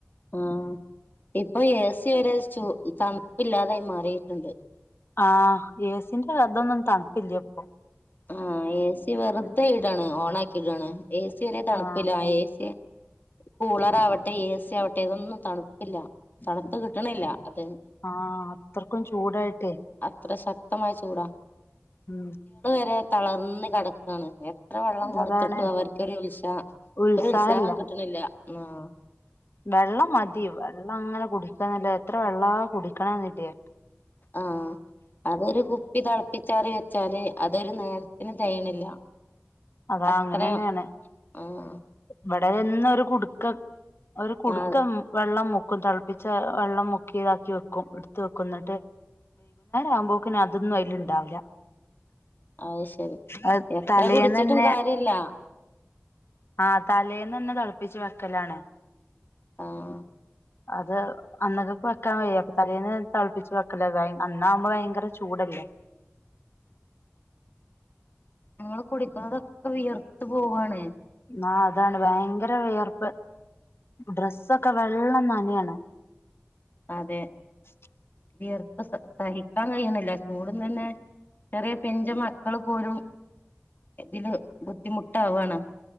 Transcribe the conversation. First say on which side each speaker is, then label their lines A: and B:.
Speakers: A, on the left (about 45°); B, on the left (about 60°).
A: ആഹ് ഇപ്പോ എ സി വരെ ചു തണുപ്പ്ല്ലാതായി മാറിട്ട്ണ്ട്.
B: ആഹ് ഏസിന്റെ അതൊന്നും തണുപ്പില്ല ഇപ്പോ
A: ആഹ് ഏ സി വെറുതെ ഇടാണ് ഓൺ ആക്കിയിടാണ് ഏ സി ഒരേ തണുപ്പില്ല
B: ആഹ്
A: ഏ സി കൂളറാവട്ടെ ഏ സിയാവട്ടെ ഇതൊന്നും തണുപ്പില്ല തണുത്ത് കിട്ടണില്ല അത
B: ആഹ് അത്രക്കും ചൂടായിട്ടേ
A: അത്ര ശക്തമായ ചൂടാ
B: ഉം
A: <unintelligible> തളർന്ന് കെട എത്ര വെള്ളം കൊടുത്തിട്ടും
B: അതാണ്
A: അവർക്കൊരു ഉത്സാ
B: ഉത്സാഹല്ല
A: ഒരു ഉത്സാഹം കിട്ടണില്ല ആഹ്
B: വെള്ളം മതി വെള്ളം അങ്ങനെ കുടിക്കണില്ല എത്ര വെള്ളാ കുടിക്കണെ ന്നില്ലേ
A: ആഹ് അതൊരു കുപ്പി തിളപ്പിച്ചാറി വെച്ചാല് അതൊരു നേരത്തിന് തെയണില്ല
B: അതാ
A: അത്രയും
B: അങ്ങനെന്നെയാണ്
A: ആഹ്
B: ഇവിടെ എന്നും ഒരു കുടുക്ക ഒരു കുടുക്കം
A: ആ
B: വെള്ളം മുക്കും തിളപ്പിച്ച വെള്ളം മുക്കി ഇതാക്കി വെക്കും എടുത്ത് വെക്കും എന്നിട്ട് വൈകുന്നേരം ആകുമ്പോക്ക് അതൊന്നും അതിലുണ്ടാവില്ല
A: അയ് ശരി
B: അത്
A: എത്ര
B: തലേന്നന്നെ
A: കുടിച്ചിട്ടും കാര്യമില്ല
B: ആഹ് തലേന്ന് തന്നെ തിളപ്പിച്ച് വെക്കലാണ്
A: ആഹ്
B: അതെ അന്നകക് വെക്കാൻ വയ്യ അപ്പൊ തലേന്ന് തിളപ്പിച്ച് വെക്കലാ അന്നാവുമ്പം ഭയങ്കര ചൂടല്ലേ
A: നമ്മള് കുടിക്കുന്നതൊക്കെ വിയർത്ത് പോവാ ണ്
B: ആഹ് അതാണ് ഭയങ്കര വിയർപ്പ് ഡ്രസ്സൊക്കെ വെള്ളം നനയാണ്
A: അതെ
B: <inaudible>
A: വിയർപ്പ് സ സഹിക്കാൻ കഴിയണില്ല ചൂടും തന്നെ ചെറിയ പിഞ്ച് മക്കള് പോലും ഇതില് ബുദ്ധിമുട്ടാവാണ്